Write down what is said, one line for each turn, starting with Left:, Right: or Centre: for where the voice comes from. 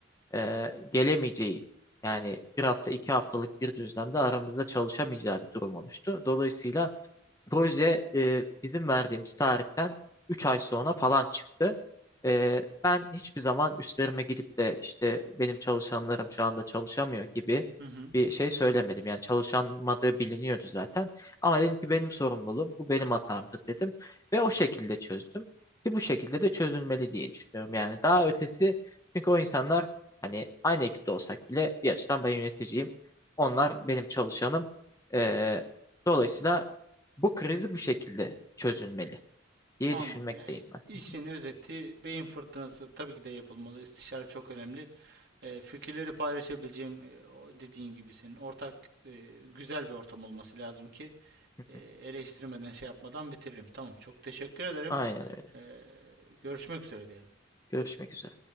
Left: e, gelemeyeceği yani bir hafta iki haftalık bir düzlemde aramızda çalışamayacağı bir durum oluştu. Dolayısıyla Proje e, bizim verdiğimiz tarihten 3 ay sonra falan çıktı. E, ben hiçbir zaman üstlerime gidip de işte benim çalışanlarım şu anda çalışamıyor gibi
Right: Hı hı.
Left: bir şey söylemedim. Yani çalışamadığı biliniyordu zaten. Ama dedim ki benim sorumluluğum, bu benim hatamdır dedim. Ve o şekilde çözdüm. Ki bu şekilde de çözülmeli diye düşünüyorum. Yani daha ötesi çünkü o insanlar hani aynı ekipte olsak bile bir açıdan ben yöneticiyim. Onlar benim çalışanım. E, dolayısıyla bu krizi bu şekilde çözülmeli diye
Right: Anladım.
Left: düşünmekteyim
Right: Yani
Left: ben.
Right: işin özeti beyin fırtınası tabii ki de yapılmalı. İstişare çok önemli. Eee, fikirleri paylaşabileceğim eee, o dediğin gibi senin ortak eee, güzel bir ortam olması lazım ki
Left: <laughs>
Right: eee, eleştirmeden şey yapmadan bitiririm. Tamam çok teşekkür ederim.
Left: Aynen öyle.
Right: Eee, görüşmek üzere diyelim.
Left: Görüşmek üzere.